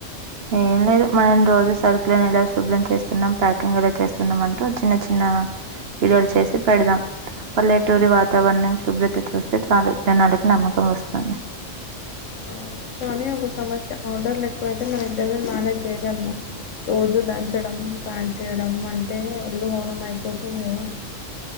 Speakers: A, on the right; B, on the left.
A: ఏం లేదు మనం రోజు సరుకులను ఎలా శుభ్రం చేస్తున్నాం ప్యాకింగ్ ఎలా చేస్ తున్నామంటూ చిన్న చిన్న వీడియోలు చేసి పెడదాం పల్లె ట్టూరి వాతావరణం శుభ్రత చూస్తే చాలు జనాలకి నమ్మకం వస్తది
B: బావుంది. కానీ ఒక సమస్య ఆర్డర్లు ఎక్కువైతే మనం ఇద్దరము మ్యనేజ్ చేయగలమా రోజు దంచడం ప్యాక్ చేయడం అంటే ఒళ్ళు ఊనం అయిపోతుంది కదా